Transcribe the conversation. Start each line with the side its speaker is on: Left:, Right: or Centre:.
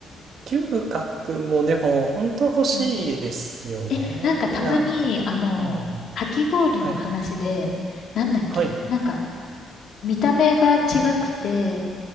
Right: 嗅覚もでも、本当欲しいですよね。
Left: うん <laughs> え、なんかたまに、
Right: なんか、
Left: あの、
Right: うん。
Left: かき氷の話で、
Right: はい。
Left: なんだっけ、
Right: はい。
Left: なんか、見た目が違くて、